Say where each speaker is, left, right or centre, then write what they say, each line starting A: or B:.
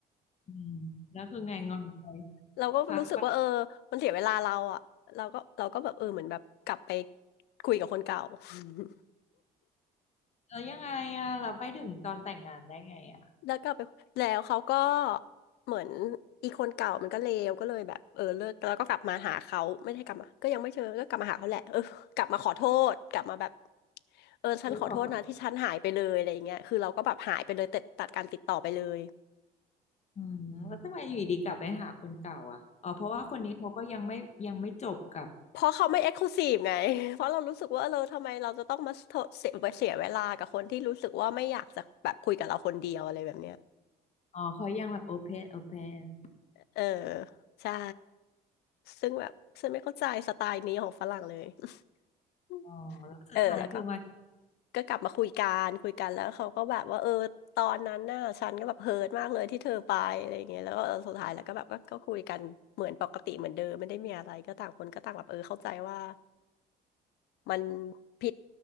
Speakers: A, on the left (about 40°); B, on the left (about 75°).
A: อืมแล้วคือไงงอนไป
B: เราก็รู้สึกว่าเออมันเสียเวลาเราอะเราก็เราก็แบบเออเหมือนแบบกลับไป
A: พักไป
B: คุยกับคนเก่า <laughs>
A: แล้วยังไงอ่ะเราไปถึงตอนแต่งงานได้ไงอ่ะ
B: แล้วกลับไปแล้วเขาก็เหมือนอีคนเก่ามันก็เลวก็เลยแบบเออเลิกแล้วก็กลับมาหาเขาไม่ได้กลับมาก็ยังไม่เจอก็กลับมาหาเขาแหละเออ <laughs> กลับมาขอโทษกลับมาแบบเออฉันขอโทษนะที่ฉันหายไปเลยอะไรอย่างเงี้ยคือเราก็แบบหายไปเลยตัดตัดการติดต่อไปเลย
A: เออขอ อืมแล้วทำไมอยู่ดีกลับไปหาคนเก่าอ่ะอ๋อเพราะว่าคนนี้เขาก็ยังไม่ยังไม่จบกับ
B: เพราะเขาไม่เอ็กซ์คลูซีฟไง <laughs> เพราะเรารู้สึกว่าเออเราทำไมเราจะต้องมาเสียเสียเสียเวลากับคนที่รู้สึกว่าไม่อยากจะแบบคุยกับเราคนเดียวอะไรแบบเนี้ย
A: อ๋อเขายังแบบโอเพนโอ <laughs> เพน
B: เออใช่ซึ่งแบบฉันไม่เข้าใจสไตล์นี้ของฝรั่งเลย <laughs>
A: อ๋อแล้วสุดท้ายคือมา
B: เออแล้วก็ก็กลับมาคุยกันคุยกันแล้วเขาก็แบบว่าเออตอนนั้นน่ะฉันก็แบบเฮิร์ตมากเลยที่เธอไปอะไรเงี้ยแล้วก็เออสุดท้ายแล้วก็แบบก็ก็คุยกันเหมือนปกติเหมือนเดิมไม่ได้มีอะไรก็ต่างคนก็ต่างแบบเออเข้าใจว่ามันผิด